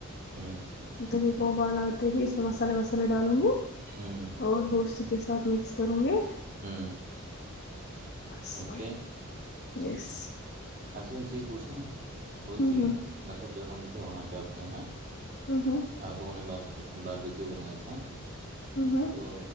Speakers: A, on the right (about 40°); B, on the left (about 50°).
A: ہوں
B: دہ کو ابال آ کے بھی اس میں مسالے وسالے ڈالوں گی
A: ہوں
B: اور گوشت کے ساتھ مکس کروں گی
A: ہوں
B: بس
A: اوکے
B: یس
A: اچھا ایک چیز پوچھیں اس
B: ہ
A: دن
B: ہ
A: مطلب جو ہم تھے وہاں پہ آپ کے یہاں
B: ہوں ہوں
A: آپ لوگوں نے بار بارویکو بنایا تھا
B: ہوں ہوں
A: تو